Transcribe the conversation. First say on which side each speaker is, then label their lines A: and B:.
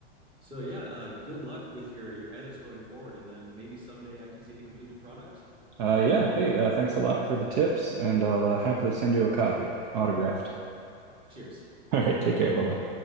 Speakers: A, on the right; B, on the right.
A: So yeah, uh, good luck with your your edits going forward, and then maybe someday I can see the completed product.
B: Uh, yeah. Hey, uh, thanks a lot for the tips, and I'll uh, happily send you a copy, autographed.
A: Cheers.
B: All right. Take care. Bye bye.